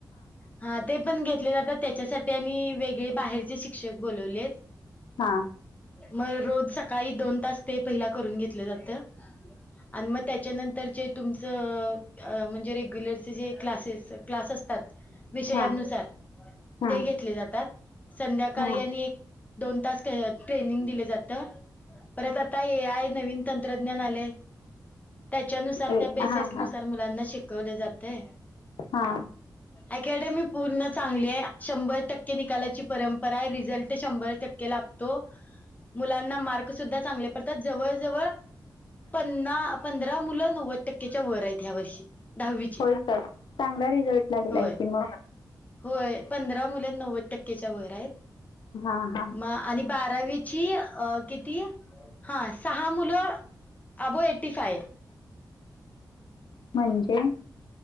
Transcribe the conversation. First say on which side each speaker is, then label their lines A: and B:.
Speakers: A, on the left (about 20°); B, on the left (about 80°).
A: हा ते पण घेत जात त्याच्यासाठी आम्ही वेगळे बाहेरचे शिक्षक बोलवले आहेत‌.
B: हा
A: म रोज सकाळी दोन तास ते पहिला करून घेतल जात आणि म त्याच्यानंतर जे तुमचं अ म्हणजे रेग्युलरचे जे क्लासेस क्लास असतात विषयानुसार
B: हा हा
A: ते घेतले जातात संध्याकाळी
B: हा
A: आणि एक दोन तास क ट्रेनिंग दिलं जात परत आता एआय नवीन तंत्रज्ञान आलय त्याच्यानुसार
B: ए
A: त्या बेसिस
B: हा
A: नुसार
B: हा
A: मुलांना शिकवल जातय
B: हा.
A: अकॅडमी पूर्ण चांगलीय शंभर टक्के निकालाची परंपरा आहे रिझल्ट शंभर टक के लागतो मुलांना मार्क सुद्धा चांगले पडतात जवळ जवळ प ना पंधरा मुलं नव्वद टक्केच्या वर आहेत ह्या वर्षी दहावीची
B: होय सर चांगला रिझल्ट लागलाय
A: होय.
B: कि म
A: होय पंधरा मुलं नव्वद टक्केच्या वर आहेत
B: हा हा
A: म आणि बारावीची अ कित ती हां सहा मुलं अबोव एट्टी फाय आहेत.
B: म्हणजे?